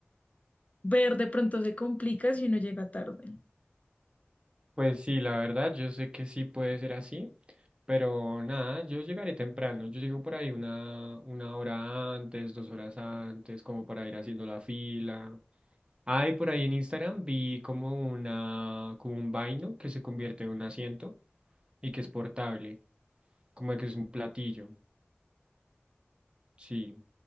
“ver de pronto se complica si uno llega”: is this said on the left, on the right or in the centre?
Left